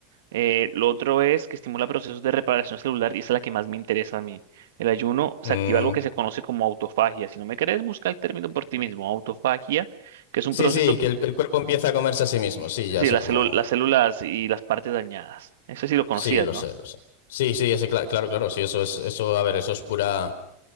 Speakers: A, on the right; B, on the left.
A: Eh, lo otro es que estimula procesos de reparación celular y esa es la que más me interesa a mí. El ayuno se
B: Mm.
A: activa algo que se conoce como autofagia. Si no me crees, busca el término por ti mismo, autofagia, que es un
B: Sí,
A: proceso
B: sí, que el, que el cuerpo empieza a comerse a sí mismo. Sí, ya
A: Sí,
B: sé
A: las
B: cómo.
A: célu- las células y las partes dañadas. Eso sí lo conocías,
B: Sí, lo
A: ¿no?
B: sé, lo sé. Sí, sí, ese, cla- claro, claro, sí, eso es, eso, a ver, eso es pura,